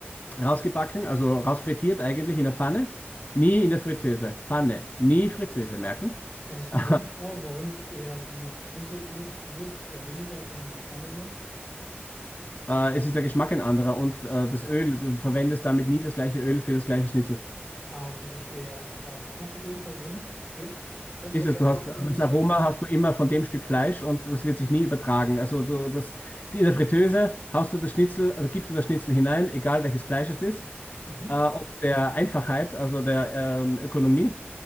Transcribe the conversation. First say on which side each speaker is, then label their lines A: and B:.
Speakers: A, on the left; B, on the left.
A: Rausgebacken, also rausfrittiert eigentlich in der Pfanne. Nie in der Fritteuse. Pfanne, nie Fritteuse, merken.
B: Hat es einen
A: <laughs>
B: Grund genau, warum eher die Fritteuse benutzt wird? Eher weniger, sondern nur die Pfanne immer?
A: Äh, es ist der Geschmack ein anderer und äh, das Öl, du verwendest damit nie das gleiche Öl für das gleiche Schnitzel.
B: Ah, okay, verstehe, alles klar. Das macht auf jeden Fall Sinn. Okay. Du kannst
A: Ist
B: ja gerne
A: es, du hast
B: noch
A: äh,
B: so ein bisschen.
A: das Aroma hast du immer von dem Stück Fleisch und das wird sich nie übertragen. Also du das die- in der Fritteuse hast du das Schnitzel, also gibst du das Schnitzel hinein, egal welches Fleisch es ist,
B: Mhm.
A: äh, ob der Einfachheit, also der ähm, Ökonomie,